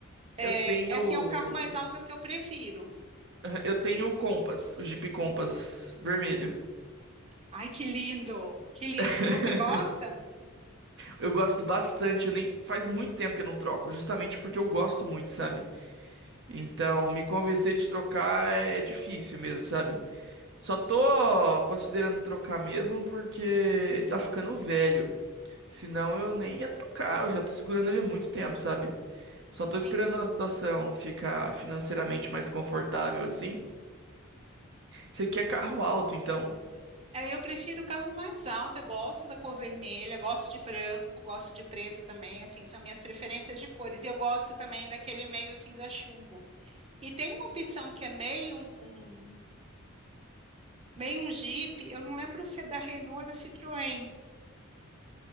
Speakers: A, on the right (about 30°); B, on the right (about 55°).
A: É,
B: Eu tenho.
A: é, assim, é o carro mais alto é o que eu prefiro.
B: Eu tenho o Compass, o Jeep Compass vermelho.
A: Ai, que lindo! Que lindo!
B: <laughs>
A: E você gosta?
B: Eu gosto bastante, eu nem faz muito tempo que eu não troco, justamente porque eu gosto muito, sabe? Então, me convencer de trocar é é difícil mesmo, sabe? Só tô considerando trocar mesmo porque ele tá ficando velho. Senão eu nem ia trocar, eu já tô segurando ele há muito tempo, sabe? Só
A: Entendi.
B: tô esperando a situação ficar financeiramente mais confortável assim. Você quer carro alto, então?
A: É, eu prefiro o carro mais alto, eu gosto da cor vermelha, gosto de branco, gosto de preto também, assim, são minhas preferências de cores. E eu gosto também daquele meio cinza chumbo. E tem uma opção que é meio um, um Meio um Jeep, eu não lembro se é da Renault ou da Citroën,